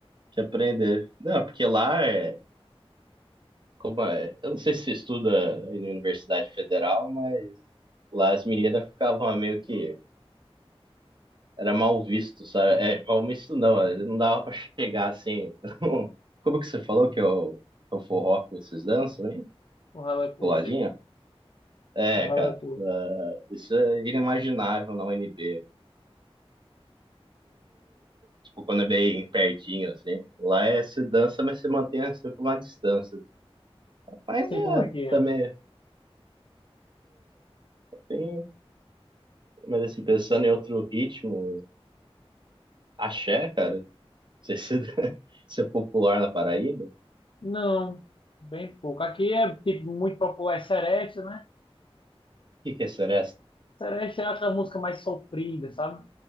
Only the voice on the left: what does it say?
O ralo é coxa.
O ralo
é coxa.
Sei
como é que é.
Não, bem pouco. Aqui é tipo muito popular é Seresta, né?
Seresta é aquela música mais sofrida, sabe?